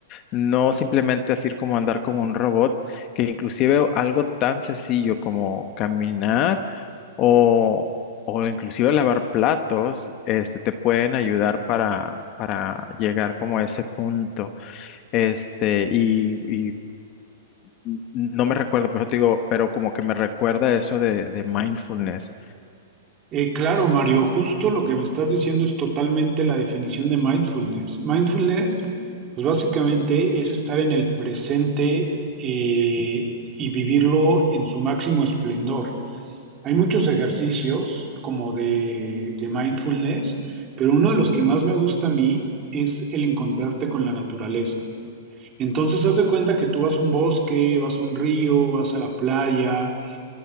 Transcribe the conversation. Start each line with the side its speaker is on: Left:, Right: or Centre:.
Left: No simplemente así como andar como un robot, que inclusive algo tan sencillo como caminar o, o inclusive lavar platos, este, te pueden ayudar para, para llegar como a ese punto. Este, y N- No me recuerdo, pero te digo, pero como que me recuerda eso de, de mindfulness.
Right: Eh, claro, Mario, justo lo que me estás diciendo es totalmente la definición de mindfulness. Mindfulness, pues básicamente es estar en el presente eh, y vivirlo en su máximo esplendor. Hay muchos ejercicios como de, de mindfulness, pero uno de los que más me gusta a mí es el encontrarte con la naturaleza. Entonces, haz de cuenta que tú vas a un bosque, vas a un río, vas a la playa